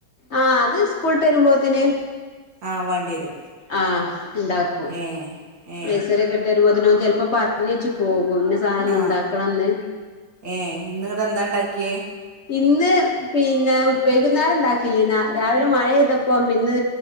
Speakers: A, on the left; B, on the right.
A: ആ അത് സ്കൂൾട്ട് വരുമ്പോ ത്തിന്
B: ആഹ് വാണ്ടി വരും.
A: ആ ഉണ്ടാക്കും.
B: ഏ ഏ
A: നഴ്‌സറിയൊക്കെ വിട്ട് വരുമ്പോ ട്ടത്തിന് ഓൻ ചിലപ്പം പറഞ്ഞ് വച്ച് പോകും. ഇന്ന സാധനം ഇന്ന്
B: ആ
A: ഇണ്ടാക്കണംന്ന്
B: ഏ ഇന്ന് അവിടെ എന്താ ഉണ്ടാക്കിയേ?
A: ഇന്ന് പിന്നെ വൈകുന്നേരം ഉണ്ടാക്കില്ലേന്നാ രാവിലെ മഴെയ്തപ്പ ഇന്ന്